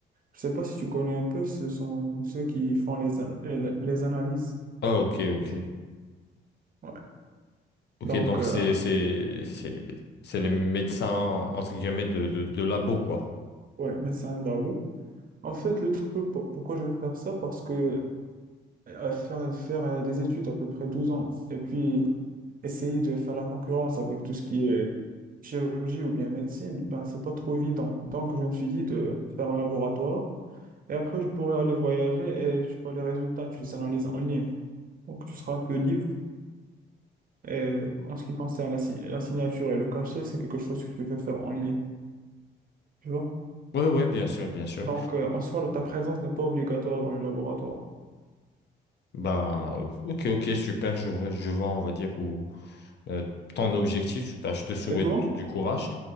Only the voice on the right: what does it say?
Je sais pas si tu connais un peu, ce sont ceux qui font les, an- les les analyses.
Les- Ouais.
Donc,
euh,
ouais, médecin de labo. En fait, le truc, pour- pourquoi je vais faire ça, parce que euh, faire, faire euh, des études à peu près 12 ans, et puis essayer de faire la concurrence avec tout ce qui est chirurgie ou bien médecine, ben, c'est pas trop évident. Donc, je me suis dit de faire un laboratoire et après, je pourrais aller voyager et tu vois les résultats, tu les analyses en ligne. Donc, tu seras un peu libre. Et en ce qui concerne la, si- la signature et le cachet, c'est quelque chose que tu peux faire en ligne, tu vois.
Donc, euh, en soi, ta présence n'est pas obligatoire dans le laboratoire.
Et toi?